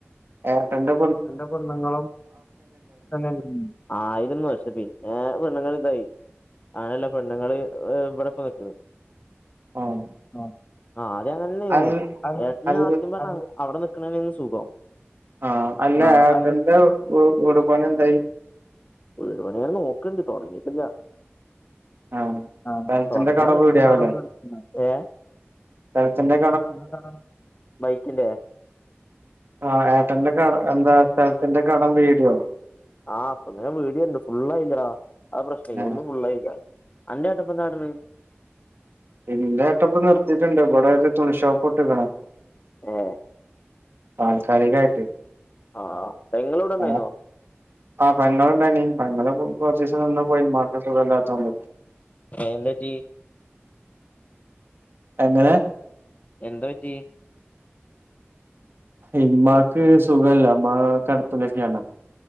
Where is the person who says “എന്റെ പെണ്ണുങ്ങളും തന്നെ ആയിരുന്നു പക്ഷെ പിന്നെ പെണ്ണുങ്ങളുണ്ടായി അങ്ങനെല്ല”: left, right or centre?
Left